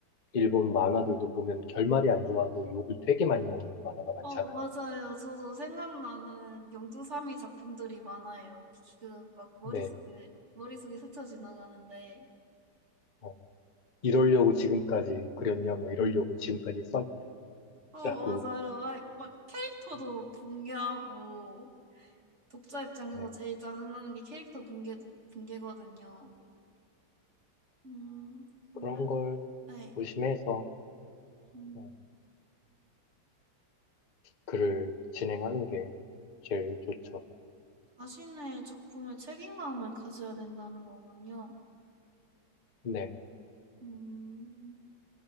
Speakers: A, on the left; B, on the right.
A: 일본 만화들도 보면 결말이 안 좋아서 욕을 되게 많이 먹는 만화가 많잖아요.
B: 어, 맞아요. 저도 생각나는 영주삼이 작품들이 많아요. 그, 막, 머릿속에,
A: 네.
B: 머릿속에 스쳐 지나가는데.
A: 어, 이러려고 지금까지 그렸냐, 뭐 이러려고 지금까지
B: 어,
A: 썼냐라고,
B: 맞아요. 아이, 막, 캐릭터도
A: <laughs>
B: 붕괴하고, 독자 입장에서
A: 네.
B: 제일 짜증나는 게 캐릭터 붕괴, 붕괴거든요. 음, 근데,
A: 그런 걸
B: 네.
A: 조심해서
B: 음,
A: 어, 글을 진행하는 게 제일 좋죠.
B: 자신의 작품에 책임감을 가져야 된다는 거군요.
A: 네.
B: 음,